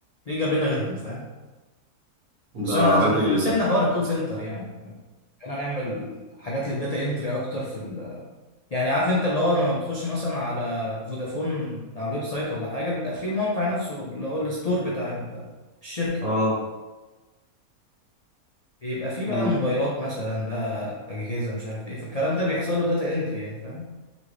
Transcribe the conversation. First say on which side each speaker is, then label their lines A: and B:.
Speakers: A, on the left; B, on the right.
A: ليه جاب لنا غيرهم فاهم بس
B: ده
A: انا
B: راجل
A: احنا سيبنا حوار الكول سنتر يعني احنا نعمل حاجات للداتا انتري اكتر في يعني عارف انت اللي هو لما بتخش مثلا على فودافون على الويب سايت ولا حاجه بيبقى فيه الموقع نفسه اللي هو الستور بتاع ال- الشركه
B: اه
A: بيبقى فيه
B: مم.
A: بقى موبايلات مثلا بقى اجهزه مش عارف ايه فالكلام ده بيحصل له داتا انتري يعني فاهم